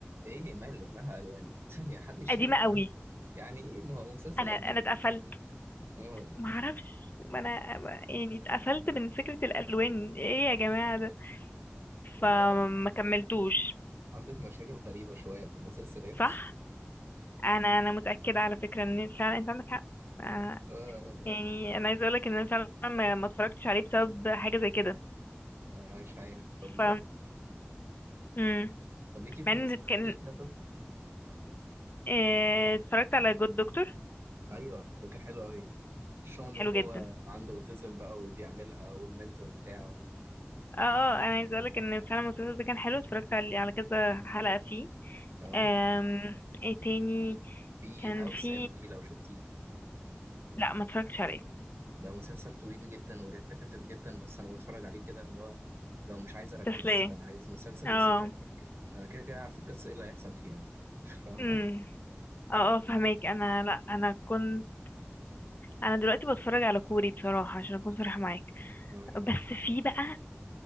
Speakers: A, on the right; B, on the left.
A: ايه ماله مالها الوانه <laughs> ثانية حد يشتكي
B: قديمة
A: من الوانه
B: قوي
A: يعني ايه ما هو مسلسل
B: انا
A: قديم
B: انا اتقفلت
A: ما هو
B: معرفش ما انا يعني اتقفلت من فكرة الالوان ايه يا جماعة ده
A: لا
B: فما كملتوش
A: عندك مشاكل غريبة شوية في المسلسلات
B: صح انا انا متأكدة على فكرة ان فعلا انت عندك حق آه،
A: آه
B: يعني
A: آه،
B: انا عايزة اقولك ان انا فعلا ما ما اتفرجتش عليه بسبب حاجة زي كده
A: آه، يعني مش عارف طب
B: ف مم.
A: طب ليكي في
B: مع ان
A: المسلسلات
B: كان
A: اللي فيها طب
B: آه، اتفرجت على جود دكتور
A: ايوه ده كان حلو قوي شون
B: حلو
A: وهو
B: جدا
A: عنده اوتيزم بقى وبيعملها والمنتور بتاعه
B: اه اه انا عايزة اقولك ان فعلا المسلسل ده كان حلو اتفرجت على على كذا حلقة فيه
A: اه
B: آم، ايه تاني
A: في
B: كان
A: هاوس
B: في
A: ام دي لو شفتيه
B: لا ما اتفرجتش عليه
A: ده مسلسل طويل جدا وريبيتيتيف جدا بس انا بتفرج عليه كده اللي هو لو مش عايز اركز
B: تسلية
A: لو عايز مسلسل
B: اه
A: بس مش عايز اركز انا كده كده عارف القصه ايه اللي هيحصل فيها فاهمه
B: امم اه اه فهماك انا لا انا كنت انا دلوقتي بتفرج على كوري بصراحة عشان اكون صريحة معاك
A: مم.
B: بس في بقى